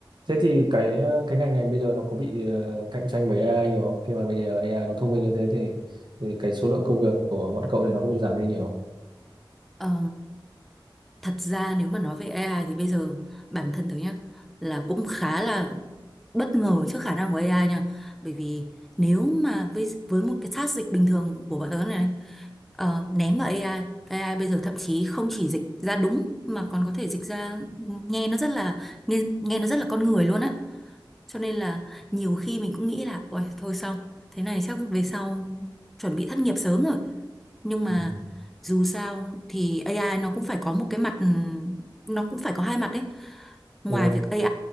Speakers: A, on the right (about 60°); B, in the centre.
A: Thế thì cái ờ, cái ngành này bây giờ nó có bị ờ, cạnh tranh bởi AI nhiều không? Khi mà bây giờ AI nó thông minh như thế thì thì cái số lượng công việc của bọn cậu này nó có bị giảm đi nhiều không?
B: Ờ, thật ra nếu mà nói về AI thì bây giờ bản thân tớ nhá là cũng khá là bất ngờ trước khả năng của AI nha bởi vì nếu mà với với một cái task dịch bình thường của bọn tớ này ờ, ném vào AI AI bây giờ thậm chí không chỉ dịch ra đúng mà còn có thể dịch ra nghe nó rất là nghe, nghe nó rất là con người luôn á cho nên là nhiều khi mình cũng nghĩ là ôi thôi xong thế này chắc về sau chuẩn bị thất nghiệp sớm rồi nhưng mà
A: Ừ.
B: dù sao thì AI nó cũng phải có một cái mặt nó cũng phải có hai mặt đấy ngoài
A: Đúng không?
B: việc AI